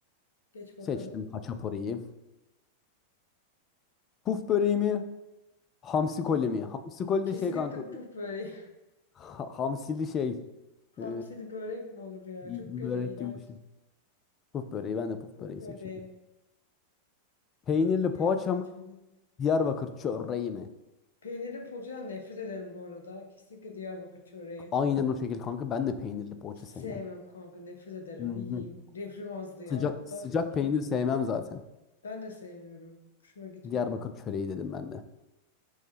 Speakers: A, on the left (about 70°); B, on the left (about 25°).
A: Geç bakalım.
B: Seçtim haçapuriyi. Puf böreği mi? Hamsi
A: Ham.
B: koli mi? Hamsi koli
A: Kesinlikle
B: de şey kanka.
A: puf böreği.
B: ha- hamsili şey.
A: <laughs> Hamsili
B: Ee,
A: börek mi olur ya?
B: bir
A: Çok kötü.
B: börek
A: iğrenç.
B: gibi bir şey. Puf böreği. Ben de puf
A: Puf
B: böreği
A: böreği.
B: seçiyorum. Peynirli
A: Diyarbakır
B: poğaça mı?
A: çöreği.
B: Diyarbakır çöreği mi?
A: Peynirli poğaçadan nefret ederim bu arada. Kesinlikle Diyarbakır çöreği.
B: Aynen o şekilde kanka. Ben de peynirli poğaça
A: Hiç sevmem
B: sevmem.
A: kanka. Nefret ederim.
B: Hı-hı.
A: İyiyim. Reflüm azdı ya.
B: Sıcak
A: O kadar
B: sıcak
A: kötü ki.
B: peynir sevmem zaten.
A: Ben de sevmiyorum. Hoşuma gitmiyor.
B: Diyarbakır çöreği dedim ben de.